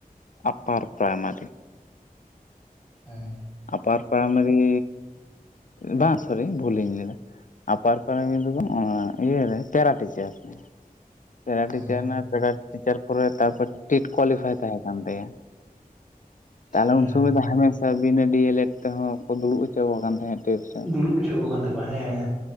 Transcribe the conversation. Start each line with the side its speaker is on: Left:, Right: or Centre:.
Left: ᱟᱯᱟᱨ ᱯᱨᱟᱭᱢᱟᱨᱤ
Centre: ᱦᱮᱸ
Left: ᱟᱯᱟᱨ ᱯᱨᱟᱭᱢᱟᱨᱤ ᱵᱟᱝ ᱥᱚᱨᱤ ᱵᱷᱩᱞᱤᱧ ᱞᱟᱹᱭ ᱟᱫᱟ ᱟᱯᱟᱨ ᱯᱨᱟᱭᱢᱟᱨᱤ ᱫᱚ ᱵᱟᱝ ᱚᱱᱟ ᱤᱭᱟᱹᱨᱮ ᱯᱮᱨᱟ ᱴᱤᱪᱟᱨ ᱦᱮ ᱯᱮᱨᱟ
Centre: ᱦᱮᱸ
Left: ᱴᱤᱪᱟᱨ ᱱᱟᱭ ᱯᱮᱨᱟ ᱴᱤᱪᱟᱨ ᱯᱚᱨᱮ ᱛᱟᱨᱯᱚᱨ ᱴᱮᱴ ᱠᱳᱣᱟᱞᱤᱯᱷᱟᱭ ᱛᱟᱦᱮ ᱠᱟᱱ ᱛᱟᱭᱟ ᱛᱟᱦᱚᱞᱮ
Centre: ᱦᱮᱸ
Left: ᱩᱱ ᱥᱚᱢᱚᱭ ᱫᱚ ᱦᱟᱢᱮᱥᱟ ᱵᱤᱱᱟᱹ ᱰᱤ ᱮᱞ ᱮᱰ ᱛᱮᱦᱚ ᱠᱚ ᱫᱩᱲᱩᱵ ᱦᱚᱪᱚᱣᱟᱠᱟᱱ ᱛᱟᱦᱮᱫ 'ᱥᱚᱭ'
Centre: ᱫᱩᱲᱩᱵ ᱦᱚᱪᱚ ᱠᱚ ᱠᱟᱱ ᱛᱟᱠᱚᱣᱟ ᱦᱮᱸ